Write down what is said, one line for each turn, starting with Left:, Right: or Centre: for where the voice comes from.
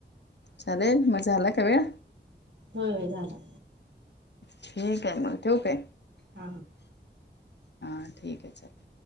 Left: चालेल मग झाला का वेळ?
Right: होय होय झाला.
Left: ठीक हाय मग ठेवू काय
Right: हा हा.
Left: हा ठीक आहे चाले